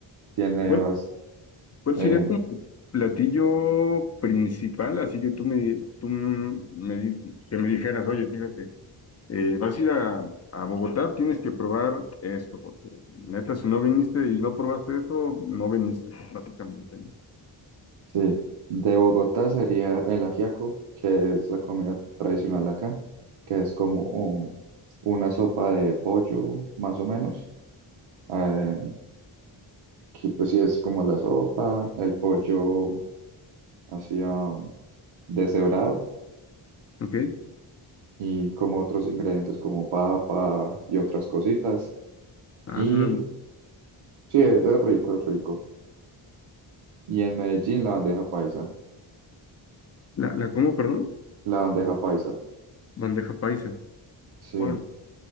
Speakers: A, on the right (about 75°); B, on the left (about 35°).
A: tiene,
B: Bueno,
A: bas-
B: ¿Cuál
A: eh,
B: sería como tu platillo principal? Así que tú me, tú me, di- que me dijeras, oye, fíjate, eh, vas a ir a, a Bogotá, tienes que probar esto, porque neta, si no viniste y no probaste eso, no viniste, básicamente, ¿no?
A: sí, de Bogotá sería el ajiaco, que es la comida tradicional de acá, que es como un- una sopa de pollo, más o menos eh, que pues sí es como la sopa, el pollo así am, deshebrado
B: Ok,
A: y como otros ingredientes como papa y otras cositas.
B: ah,
A: Y
B: suena bien.
A: sí, es es rico, es rico. Y en Medellín la bandeja paisa,
B: ¿La, la cómo, perdón?
A: la bandeja paisa,
B: Bandeja paisa.
A: sí,
B: Órale.